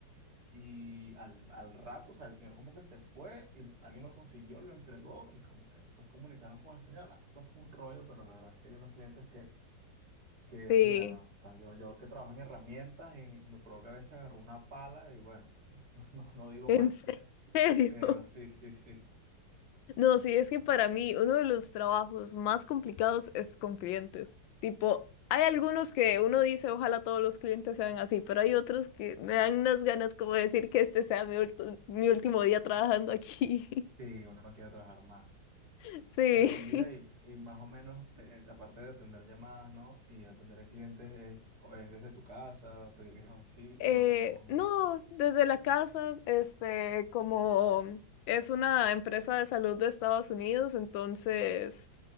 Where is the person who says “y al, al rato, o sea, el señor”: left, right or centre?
Right